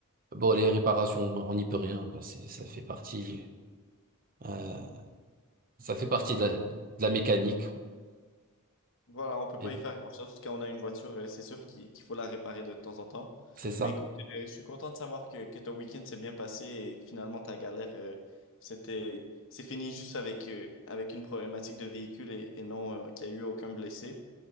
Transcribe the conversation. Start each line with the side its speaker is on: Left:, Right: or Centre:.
Right: Bon, les réparations, on n'y peut rien. bah, c'est- ça fait partie, euh, ça fait partie de la, de la mécanique.
Left: Voilà, on peut
Right: Et
Left: pas y faire grand-chose quand on a une voiture, euh, c'est sûr qu'il qu'il faut la réparer de temps en temps.
Right: C'est ça.
Left: Mais écoute, euh, je suis content de savoir que, que ton week-end s'est bien passé et que finalement ta galère, euh, c'était, c'est fini juste avec, euh, avec une problématique de véhicule et, et non euh, qu'il n'y a eu aucun blessé.